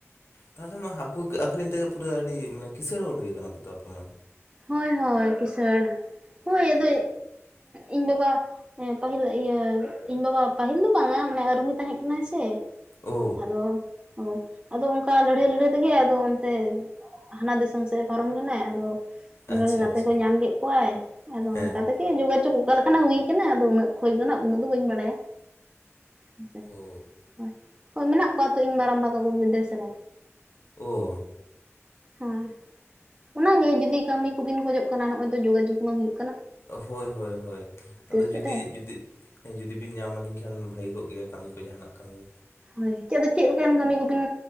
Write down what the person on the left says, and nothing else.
ᱛᱟᱦᱚᱞᱮ ᱢᱟ ᱦᱟᱹᱠᱩ ᱟᱹᱠᱷᱨᱤᱧ ᱛᱮᱜᱮ ᱯᱩᱨᱟᱹ ᱟᱹᱰᱤ ᱠᱤᱥᱟᱹᱬ ᱦᱚᱲ ᱦᱩᱭ ᱠᱟᱱᱟ ᱯᱮᱛᱚ ᱟᱯᱮ ᱢᱟ
ᱚ
ᱟᱪᱪᱷᱟ
ᱟᱪᱪᱷᱟ
ᱦᱮᱸ
ᱚ
ᱳ
ᱦᱳᱭ ᱦᱳᱭ ᱦᱳᱭ ᱟᱫᱚ
ᱡᱩᱫᱤ
ᱡᱩᱫᱤ ᱦᱮᱸ ᱡᱩᱫᱤ ᱵᱤᱱ ᱧᱟᱢ ᱟᱹᱞᱤᱧ ᱠᱷᱟᱱ ᱵᱷᱟᱹᱜᱤ ᱠᱚᱜ ᱜᱮᱭᱟ ᱠᱟᱹᱢᱤ ᱠᱚ ᱡᱟᱦᱟᱸᱱᱟᱜ ᱠᱟᱹᱢᱤ